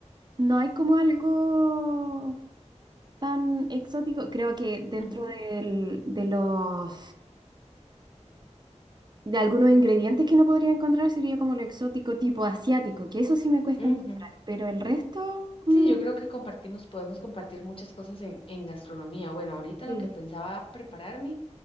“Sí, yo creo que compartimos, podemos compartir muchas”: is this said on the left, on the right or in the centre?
Left